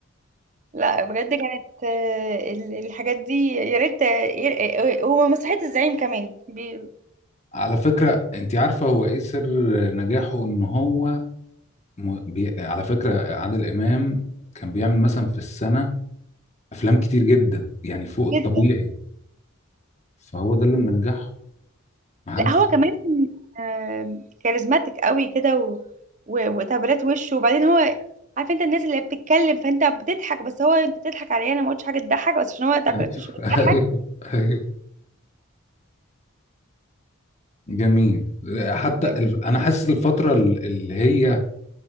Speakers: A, on the right; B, on the left.
A: لا بجد كانت آه، ال- الحاجات دي يا ريت آه، يا- ريت- آه، ومسرحية الزعيم كمان بي-
B: على فكرة انت عارفة هو ايه سر نجاحه ان هو م... بي... على فكرة عادل امام كان بيعمل مثلا في السنة افلام كتير جدا يعني فوق الطبيعي
A: جدا
B: فهو ده اللي منجحه محدش
A: لا هو كمان آم، كاريزماتيك قوي كده و... و... وتعبيرات وشه وبعدين هو عارف انت الناس اللي هي بتتكلم فانت بتضحك بس هو انت بتضحك عليه انا ما قلتش حاجه تضحك بس عشان هو تعبيرات
B: <laughs>
A: وشه بتضحك
B: ايوه ايوه جميل حتى
A: يعني
B: ال... انا حاسس الفترة ال- اللي هي